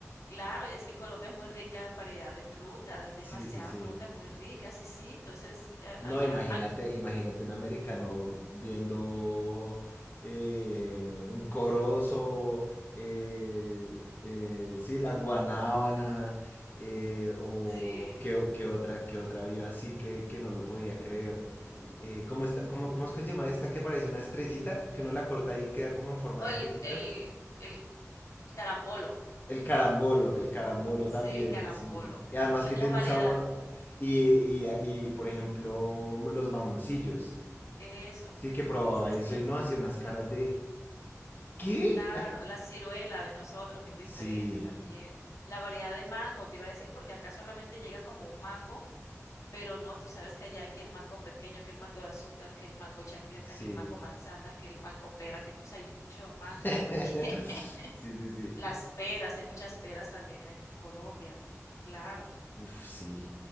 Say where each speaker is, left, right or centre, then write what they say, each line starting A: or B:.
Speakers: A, on the left; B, on the left.
A: Claro, y es que Colombia es muy rica en variedad de frutas, demasiadas
B: Sí, sí, sí.
A: frutas muy ricas, y sí, entonces eh,
B: No,
A: allá,
B: imagínate,
A: aquí,
B: imagínate un americano viendo eh, un corozo, eh, eh, sí, la guanábana, eh, o
A: sí.
B: qué, o- qué otra, qué otra vio así que, que no lo podía creer. Eh, ¿cómo está, cómo, cómo es que se llama esta que parece una estrellita? Que uno la corta y queda como en forma
A: O
B: de
A: el,
B: estrellitas.
A: el, el carambolo,
B: El carambolo, el carambolo
A: sí,
B: también,
A: el carambolo,
B: sí. Y además
A: cla-
B: que
A: la,
B: tiene
A: variedad,
B: un sabor. Y, y, y por ejemplo, los mamoncillos.
A: eso,
B: Sí, que probaba
A: sí,
B: eso y no hacía unas caras de ¿qué?
A: claro, la ciruela de nosotros, que es diferente
B: Sí,
A: también, la variedad de mango, te iba a decir, porque acá solamente llega como un mango Pero no, tú sabes que allá hay que el mango pequeño, que el mango de azúcar, que el mango chancleta,
B: sí.
A: que el mango manzana, que el mango pera, que pues hay mucho mango
B: <laughs>
A: también. <laughs>
B: Sí, sí, sí.
A: Las peras, hay muchas peras también en Colombia. Claro,
B: Uf, sí.